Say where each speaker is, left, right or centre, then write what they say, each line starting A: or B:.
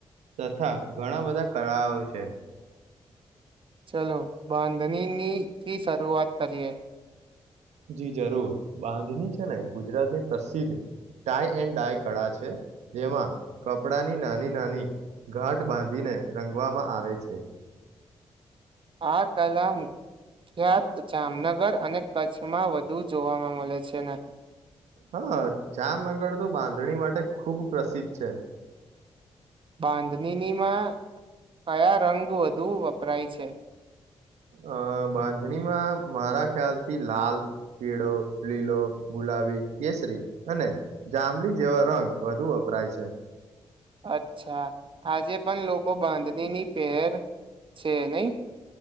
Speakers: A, on the right; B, on the right.
A: તથા ઘણાં બધાં કળાઓ છે.
B: ચલો બાંધણીની થી શરૂઆત કરીએ.
A: જી જરૂર, બાંધણી છેને ગુજરાતની પ્રસિદ્ધ ટાય એન્ડ ડાય કળા છે જેમાં કપડાની નાની નાની ઘાટ બાંધીને રંગવામાં આવે છે.
B: આ કલા મુખ્યાત જામનગર અને કચ્છમાં વધુ જોવામાં મલે છેને.
A: હા, જામનગર તો બાંધણી માટે ખુબ પ્રસિદ્ધ છે.
B: બાંધણીનીમાં કયા રંગ વધુ વપરાય છે?
A: અ બાંધણીમાં મારા ખ્યાલથી લાલ, પીળો, લીલો, ગુલાબી, કેસરી અને જાંબલી જેવા રંગ વધુ વપરાય છે.
B: અચ્છા, આજે પણ લોકો બાંધણીની પેહેર છે નઈ?